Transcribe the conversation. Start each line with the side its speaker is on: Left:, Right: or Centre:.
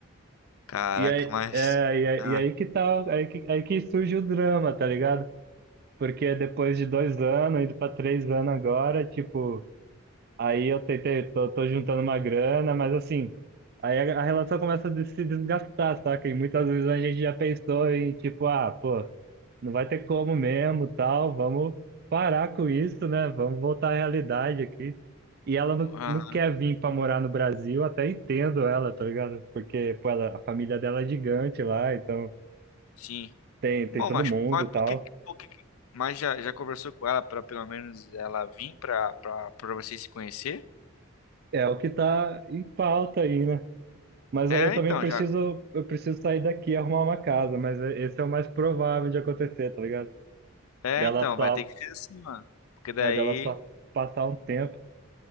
Left: Caraca,
Right: E aí,
Left: mas.
Right: é, e aí,
Left: Ah,
Right: e aí que tá, aí que, aí que surge o drama, tá ligado? Porque depois de dois anos, indo pra três anos agora, tipo. Aí eu tentei, tô, tô juntando uma grana, mas assim, aí a, a relação começa a des- se desgastar, saca? E muitas vezes a gente já pensou em tipo, ah, pô, não vai ter como mesmo, tal, vamos parar com isso, né? Vamos voltar à realidade aqui. E ela não,
Left: ah,
Right: não quer vir pra morar no Brasil, até entendo ela, tá ligado? Porque, pô, ela, a família dela é gigante lá, então
Left: sim.
Right: tem,
Left: Bom,
Right: tem todo
Left: mas,
Right: mundo,
Left: mas por
Right: tal.
Left: que, por que, mas já, já conversou com ela para pelo menos ela vir para para vocês se conhecer?
Right: É o que tá em pauta aí, né? Mas
Left: É,
Right: aí eu também
Left: então,
Right: preciso,
Left: já.
Right: eu preciso sair daqui e arrumar uma casa, mas é- esse é o mais provável de acontecer, tá ligado?
Left: É,
Right: Dela
Left: então,
Right: só,
Left: vai ter que ser assim, mano. Porque daí,
Right: é, dela só passar um tempo.